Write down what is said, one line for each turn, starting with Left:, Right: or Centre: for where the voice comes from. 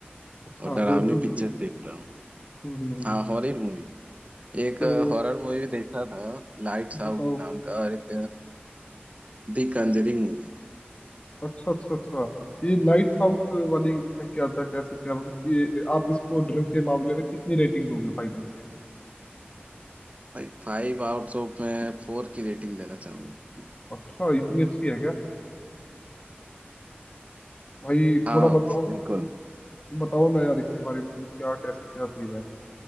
Left: अच्छा
Right: और डरावनी
Left: हॉरर
Right: पिक्चर्स
Left: मूवी
Right: देखता हूँ
Left: हम्म हम्म हम्म।
Right: हाँ हॉरर मूवी एक
Left: तो
Right: हॉरर मूवी देखा था लाइट्स
Left: बताओ
Right: आउट नाम का और एक दी कंजरिंग मूवी
Left: अच्छा अच्छा अच्छा ये नाइट्स आउट वाली में क्या था कैसे क्या मतलब कि आप इसको डर के मामले में कितनी रेटिंग दोगे फाइव में से
Right: भाई फाइव आउट्स ऑफ मैं फोर की रेटिंग देना चाहूंगा
Left: अच्छा इतनी अच्छी है क्या भाई
Right: हाँ
Left: थोड़ा बताओ
Right: बिल्कुल
Left: बताओ ना यार इसके बारे में मतलब क्या कैसे क्या सीन है